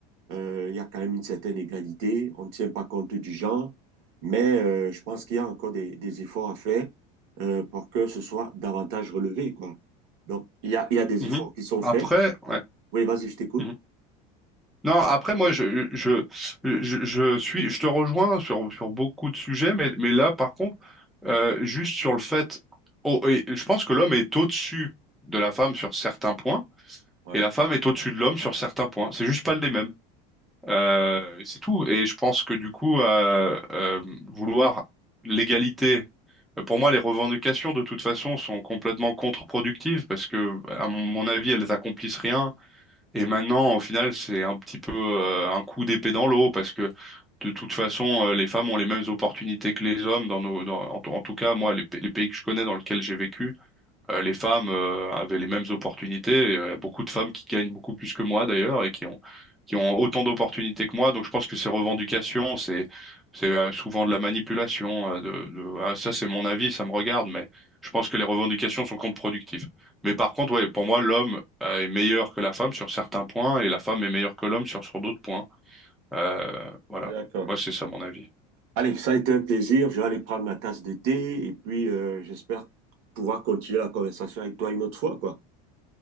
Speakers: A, on the right; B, in the centre.
A: euh, il y a quand même une certaine égalité. On ne tient pas compte du genre. Mais euh, je pense qu'il y a encore des, des efforts à faire euh, pour que ce soit davantage relevé, quoi. Donc, il y a, il y a des
B: Mhm.
A: efforts qui sont
B: Après,
A: faits.
B: ouais.
A: Oui, vas-y, je t'écoute.
B: Mhm. Non, après, moi, je, je, je, je suis, je te rejoins sur, sur beaucoup de sujets, mais, mais là, par contre, euh, juste sur le fait, oh, et je pense que l'homme est au-dessus de la femme sur certains points,
A: Ouais,
B: Et la femme est au-dessus de l'homme sur certains points. C'est juste pas les mêmes. Euh, c'est tout. Et je pense que du coup, euh, euh, vouloir l'égalité, euh, pour moi, les revendications de toute façon sont complètement contre-productives parce que, à mon mon avis, elles accomplissent rien. Et maintenant, au final, c'est un petit peu euh, un coup d'épée dans l'eau parce que de toute façon, euh, les femmes ont les mêmes opportunités que les hommes dans nos, dans- en, tout en tout cas, moi, les, pa- les pays que je connais dans lesquels j'ai vécu euh, les femmes euh, avaient les mêmes opportunités. Et, euh, beaucoup de femmes qui gagnent beaucoup plus que moi d'ailleurs et qui ont qui ont autant d'opportunités que moi. Donc je pense que ces revendications, c'est c'est euh, souvent de la manipulation. euh, de, de- ah, ça c'est mon avis, ça me regarde, mais je pense que les revendications sont contre-productives. Mais par contre, ouais, pour moi, l'homme euh, est meilleur que la femme sur certains points et la femme est meilleure que l'homme sur sur d'autres points. Euh, voilà.
A: d'accord.
B: Moi, c'est ça mon avis.
A: Allez, ça a été un plaisir. Je vais aller prendre ma tasse de thé et puis euh, j'espère pouvoir continuer la conversation avec toi une autre fois, quoi.